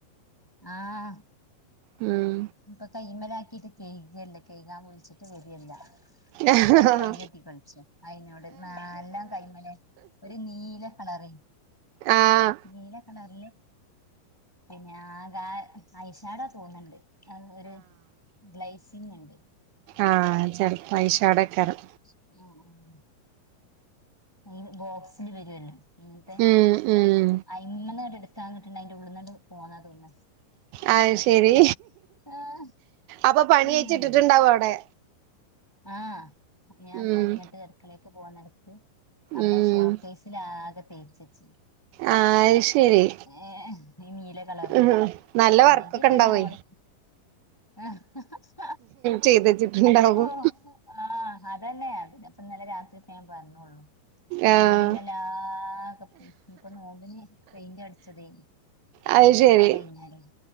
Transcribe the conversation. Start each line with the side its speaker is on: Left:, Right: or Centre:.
Centre: ആഹ്
Right: ഉം
Centre: ഇപ്പൊ കൈയിൻ മേലാക്കിട്ട് കെഴ്കല്ല കെഴുകാൻ വിളിച്ചിട്ട് വരികയില്ല
Right: ആഹ്
Centre: ഓള് സയ്യൊട്ടി കളിച്ചേ അയിനോട് എല്ലാം കൈമേലെ ഒരു നീല കളറി
Right: ആഹ്
Centre: നീല <unintelligible> പിന്നെ ആ ഗ ഐഷാടാ തോന്ന്ണ്ട് അത് ഒര് ഗ്ലൈസിംഗ് ണ്ട്
Right: ആഹ് ചെലപ്പ ഐഷാടെ ക്കാരം
Centre: ഉം അയിൽ ബോക്സിൽ വരൊല്ലോ ഇങ്ങനത്തെ
Right: ഉം
Centre: പെ
Right: ഉം
Centre: അയിമെന്നെങ്ങാണ്ടെടുത്താ കിട്ടുന്നുണ്ട് അതിന്റെ ഉള്ളിൽന്നുണ്ട് പോന്ന ത്തൊ ന്നു
Right: അത് ശരി
Centre: ആഹ്
Right: അപ്പൊ പണി
Centre: ഉം
Right: അഴിച്ചിട്ടിട്ടുണ്ടാവും അവിടെ
Centre: ആഹ് ഞാൻ
Right: ഉം
Centre: ഇപ്പോ ഇങ്ങിട്ട് അടുക്കളേക്ക് പോകുന്നടുത്ത് അവിടെ
Right: ഉം
Centre: ഷോക്ക് ക്കേസില് ആകെ തേച്ചു വച്ച്
Right: ആഹ് ശരി
Centre: ഏഹ് ഈ നീല കളറ്
Right: ഉം നല്ല
Centre: അല്ലെങ്കിൽ
Right: വർക്കൊക്കെ
Centre: തന്നെ
Right: ഉണ്ടാവേ
Centre: ഓള് <inaudible>
Right: ചെയ്ത് വച്ചിട്ടുണ്ടാവും
Centre: ഓ ആഹ് അതന്നെയ അതി പ്പൊ ഇന്നലെ രാത്രി ഞാൻ പറഞ്ഞോള്ളു ചൊമരുമ്മേലാകെ
Right: ആഹ്
Centre: ഇപ്പൊ നോമ്പിന് പെയിന്റ് അടിച്ചതേനി
Right: അത്
Centre: അടിയൊക്ക
Right: ശരി
Centre: ഇട്ട് കഴിഞ്ഞാരെ